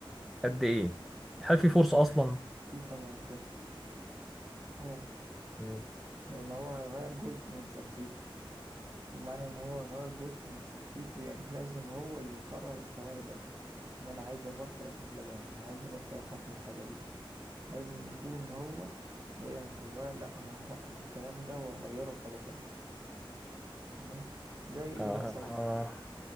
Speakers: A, in the centre; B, on the right.
A: قد ايه هل في فرصة اصلا
B: في طبعا فرصة طبعا
A: مم.
B: لان هو هيغير جزء من شخصيته ومعنى ان هو غير جزء من شخصيته يعني لازم هو اللي يقرر القرار ده ان انا عايز ابطل اكون جبان انا عايز ابطل اخاف من الحاجة دي لازم يكون هو جاي من جواه لا انا هوقف الكلام ده وهغيره بحاجة تانية تمام زي ايه
A: آه.
B: مثلا
A: آه.